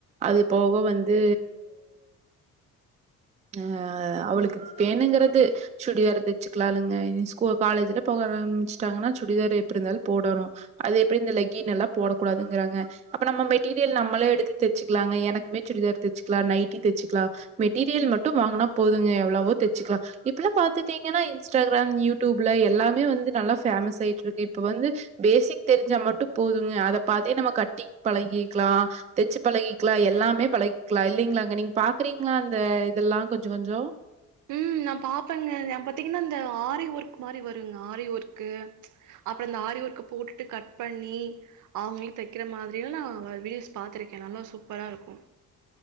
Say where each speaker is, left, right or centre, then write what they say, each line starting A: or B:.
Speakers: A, on the right (about 20°); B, on the right (about 60°).
A: அது போக வந்து ஆ அவளுக்கு வேணுங்கற து சுடிதாரு தெச்சுக்கலாலுங்க இனி ஸ்கூல் காலேஜுனு போக ஆரம்மிச்சிட்டாங்கன்னா சுடிதாரு எப்டிருந்தாலு போடனு அது எப்டி இந்த லெக்கின் எல்லா போடக் கூடாதுங்கறாங்க அப்ப நம்ம மெட்டீரியல் நம்மளே எடுத்து தெச்சுக்கலாங்க எனக்குமே சுடிதார் தெச்சுக்கலா, நைட்டி தெச்சுக்கலா மெட்டீரியல் மட்டு வாங்குனா போதுங்க எவ்ளவோ தெச்சுக்கலா இப்பல்லா பாத்துட்டீங்கன்னா இன்ஸ்டாக்ராம் யூடியூப்ல எல்லாமே வந்து நல்லா ஃபேமஸ் ஆயிட்ருக்கு இப்ப வந்து பேசிக் தெரிஞ்சா மட்டு போதுங்க அத பாத்தே நம்ம கட்டிங் பழகிக்லா தெச்சு பழகிக்லா எல்லாமே பழகிக்லா இல்லைங்களாங்க நீங் பாக்கறீங்ளா அந்த இதெல்லா கொஞ்ச கொஞ்சோ
B: ம் நா பாப்பங்க ஏ பாத்தீங்கன்னா இந்த ஆரி ஒர்க் மாரி வருங் ஆரி ஒர்க்கு அப்றோ இந்த ஆரி ஒர்க்க போட்டுட்டு கட் பண்ணி அவங்ளே தெக்கற மாதிரியெல்லா அவங்களோட வீடியோஸ் பாத்துருக்கே நல்லா சூப்பரா இருக்கு